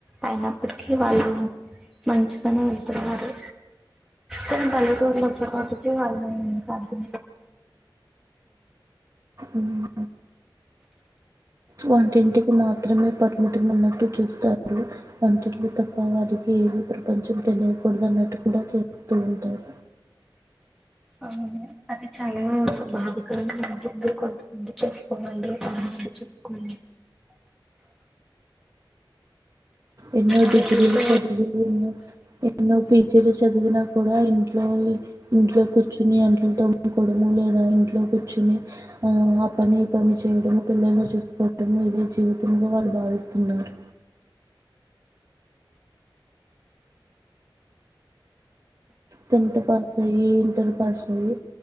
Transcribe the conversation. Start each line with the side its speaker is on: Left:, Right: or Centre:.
Centre: అయినప్పటికీ వాళ్ళు మంచిగానే ఉంటున్నారు దను పల్లెటూరుుల వచ్చేపాటికి వాళ్ళుస్తారు
Right: ఉమ్. వంటింటికి మాత్రమే పరిమితం అన్నట్టు చూస్తారు వంటింటి తప్పు వారినికి ఏమి ప్రపంచం తినయ కూడదు అన్నట్టు కూడా చేప్పుతు ఉంటారు
Centre: అ అది చాలా బాధకంగా ఉంటుంది కొంతమంది చెప్పుకోగలరు కొంతంది చెప్పుకోలేరు
Right: ఎన్నో
Centre: అలా
Right: డిగ్రీ
Centre: చూసే
Right: లు చదివి ఎన్నో పీచీలు చదివినా కూడా ఇంట్లో ఇంట్లో కూర్చుని అంట్లు తోముకోవడము లేదా ఇంట్లో కూర్చుని ఆ పని ఈ పని చేయడము పిల్లలను చూసుకోవడము ఇదే జీవితంగా వాళ్ళు భావిస్తున్నారు టెన్త్ పాస్ అయ్యి ఇంటర్ పాస్ అయ్యి